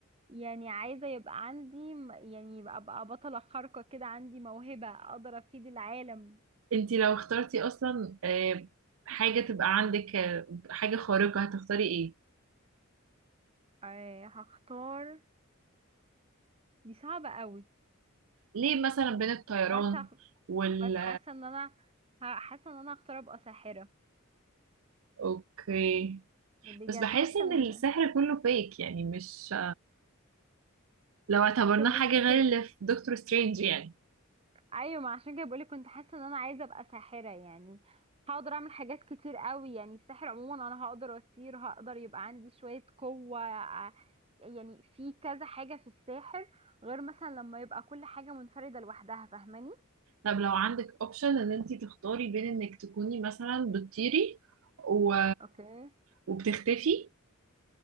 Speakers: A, on the right; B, on the right.
A: يعني عايزة يبقى عندي م- يعني يبقى ابقى بطلة خارقة كده عندي موهبة اقدر افيد العالم
B: انتي لو اخترتي اصلا آه، حاجه تبقى عندك آه، حاجه خارقه هتختاري ايه
A: آه، هختار دي صعبة قوي
B: ليه مثلا بين الطيران
A: بس هخ...
B: وال
A: بس حاسة ان انا ه- حاسة ان انا هختار ابقى ساحرة
B: اوكي
A: بجد
B: بس بحس
A: حاسة
B: ان
A: ان
B: السحر كله فيك يعني مش لو اعتبرناه
A: في المس...
B: حاجة
A: في
B: غير
A: ال...
B: اللي في دكتور سترينج يعني
A: ايوه ما عشان كده بقولك كنت حاسة ان انا عايزة ابقى ساحرة يعني هقدر اعمل حاجات كتير قوي يعني السحر عموما انا هقدر اطير هقدر يبقى عندي شوية قوة ع- يعني في كذا حاجة في الساحر غير مثلا لما يبقى كل حاجة منفردة لوحدها فاهماني
B: طب لو عندك اوبشن ان انتي تختاري بين انك تكوني مثلا بتطيري و...
A: اوكي
B: وبتختفي